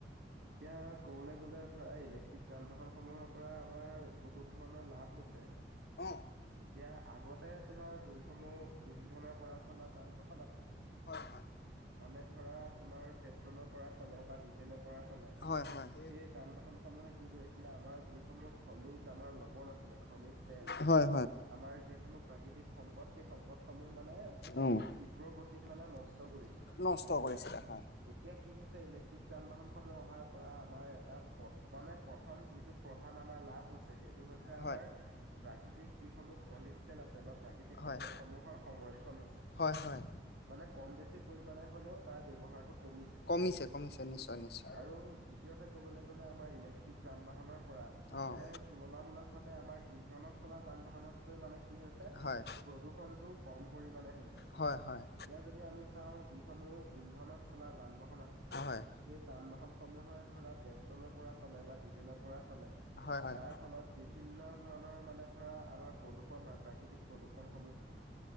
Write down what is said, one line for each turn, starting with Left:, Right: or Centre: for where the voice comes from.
Right: এতিয়া ক'বলৈ গ'লে ধৰা ইলেক্ট্ৰিক যান বাহন সমূহৰ পৰা আমাৰ বহুত ধৰণৰ লাভ হৈছে।
Left: অ',
Right: এতিয়া আগতে তোমাৰ জুইসমূহ ইন্ধনৰ পৰা চলা যান বাহন আছিলে,
Left: হয়, হয়,
Right: মানে ধৰা তোমাৰ পেট্ৰলৰ পৰা চলে বা ডিজেলৰ পৰা পৰা চলে
Left: হয়, হয়,
Right: সেই যান বাহন সমূহে কি কৰিছিলে আমাৰ যিসমূহ খনিজ আমাৰ ল'ব নাছিলে খনিজ তেল,
Left: হয়,
Right: আমাৰ যিসমূহ প্ৰাকৃতিক সম্পদ সেই সম্পদ সমূহ মানে
Left: হয়।
Right: অতি তীব্ৰ গতিত মানে নষ্ট কষ্ট কৰিছিলে।
Left: নষ্ট কৰিছে। ছিলে হ
Right: এতিয়া কি হৈছে ইলেক্ট্ৰিক যান-বাহন প্ৰথম অহাৰ পৰা আমাৰ এটা মানে প্ৰথম যিটো প্ৰধান আমাৰ লাভ হৈছে সেইটো হৈছে।
Left: হয়,
Right: আমাৰ প্ৰাকৃতিক যিসমূহ খনিজল আছে বা প্ৰাকৃতিক
Left: হয়,
Right: সম্পদ সমূহৰ সংৰক্ষণ হৈছে।
Left: হয়, হয়।
Right: মানে কম বেছি পৰিমাণে হলেও তাৰ ব্যৱহাৰটো কমিছে।
Left: কমিছে, কমিছে নিশ্চয়, নিশ্চয়।
Right: আৰু দ্বিতীয়তে ক'বলৈ গ'লে আমাৰ ইলেক্ট্ৰিক যান বাহনৰ পৰা
Left: অ',
Right: মানে তুলনামূলক ভাৱ আমাৰ ইধনত চলা যান বাহনতকৈ মানে কি হৈছে।
Left: হয়,
Right: প্ৰদূষণটো কম পৰিমানে হৈছে।
Left: হয়, হয়, হয়।
Right: এতিয়া যদি আমি চাওঁ যিসমূহ ইন্ধনত চলা যান-বাহন আছে।
Left: হয়।
Right: যান-বাহনসমূহে ধৰা পেট্ৰলৰ পৰা চলে বা ডিজেলৰ পৰা চলে
Left: হয়, হয়,
Right: তাৰ ফলত বিভিন্ন ধৰণৰ মানে ধৰা আমাৰ প্ৰদূৰণ হয়, প্ৰাকৃতিক প্ৰদূষণ সমূহ হয়।